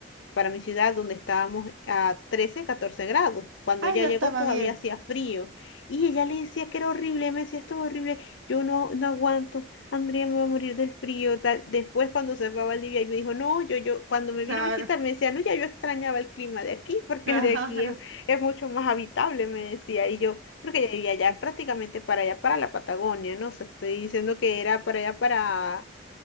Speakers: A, on the left; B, on the right.
A: para mi ciudad, donde estábamos a 13 14 grados. Cuando
B: Ay,
A: ella
B: ya
A: llegó
B: estaba
A: todavía
B: bien.
A: hacía frío. Y ella le decía que era horrible, me decía, esto es horrible, yo no, no aguanto, Andrea me va a morir del frío. Tal. Después cuando se fue a Valdivia y me dijo, no, yo, yo, cuando me
B: Claro,
A: vino a visitar me decía, no, ya yo extrañaba el clima de aquí, porque
B: <laughs>
A: el de aquí
B: claro.
A: es, es mucho más habitable, me decía. Y yo, porque ella vivía allá prácticamente para allá, para la Patagonia, ¿no? O sea, estoy diciendo que era para allá, para...